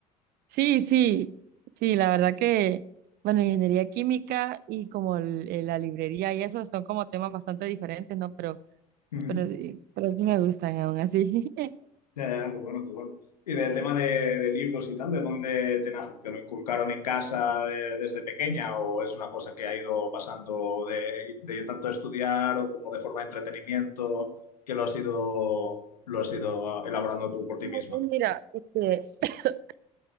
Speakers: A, on the right; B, on the left.
A: Sí, sí, sí, la verdad que, bueno, ingeniería química y como el- eh, la librería y eso son como temas bastante diferentes, ¿no? Pero,
B: Ujú.
A: pero sí, pero sí me gustan aún así. <laughs>
B: Ya, ya, qué bueno, qué bueno. Y del tema de, de libros y tal, ¿de dónde te nace? ¿Te lo inculcaron en casa de- desde pequeña o es una cosa que ha ido pasando de, de tanto estudiar o como de forma de entretenimiento que lo has ido, lo has ido elaborando tú por ti
A: No,
B: misma?
A: no, mira, este, <coughs>